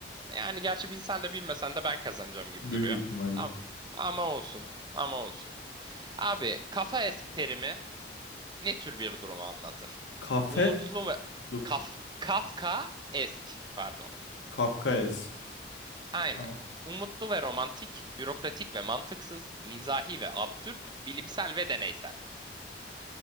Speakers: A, on the right; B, on the left.
A: Yani gerçi bilsen de bilmesen de ben kazanacağım gibi
B: Büyük
A: duruyor.
B: ihtimalle.
A: Ama, ama olsun. Ama olsun. Abi kafa esk terimi ne tür bir durumu anlatır?
B: Kafe
A: Umutlu ve
B: dur.
A: kaf, Kafka esk pardon.
B: Kafkaes.
A: Aynen.
B: Tamam.
A: Umutlu ve romantik, bürokratik ve mantıksız, mizahi ve absürt, bilimsel ve deneysel.